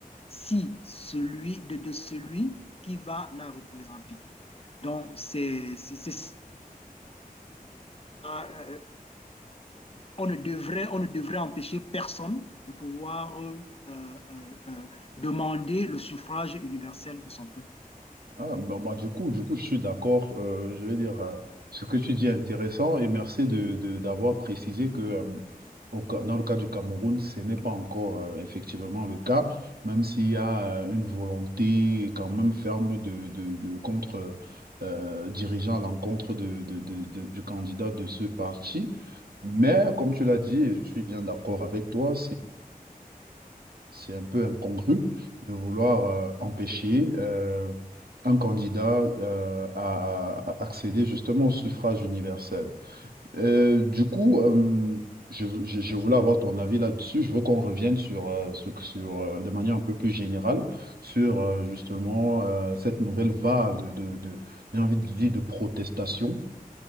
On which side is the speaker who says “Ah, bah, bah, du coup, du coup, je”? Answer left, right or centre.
Right